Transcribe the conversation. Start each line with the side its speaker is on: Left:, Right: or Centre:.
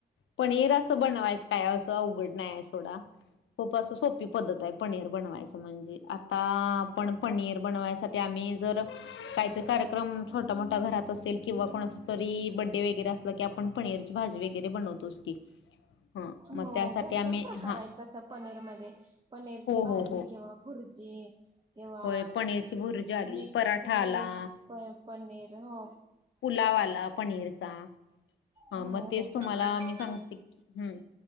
Left: पनीर असं बनवायचं काय असं अवघड नाही असं थोडा खूप असं सोपी पद्धत आहे पनीर बनवायचं म्हणजे आता <inaudible> पण पनीर बनवायचं ते आम्ही जर काहीतरी कार्यक्रम छोटा मोठा घरात असेल किंवा कोणाचा तरी बड्डे वगैरे बड्डे असला की आपण पनीरची भाजी वगैरे बनवतोच की ह
Right: हो
Left: मग त्यासाठी
Right: भरपूर
Left: आम्ही
Right: प्रकार
Left: हा
Right: आहेत तसं पनीर मध्ये पनीरची
Left: हो
Right: भाजी
Left: हो हो
Right: किंवा भुर्जी किंवा
Left: होय पनीरची भुर्जी आली
Right: मिक्स
Left: पराठा
Right: व्हेज
Left: आला
Right: पनीर हो
Left: पुलाव आला पनीर चा हा
Right: हो
Left: मग तेच
Right: हो
Left: तुम्हांला
Right: बरोबर
Left: मी सांगते की हम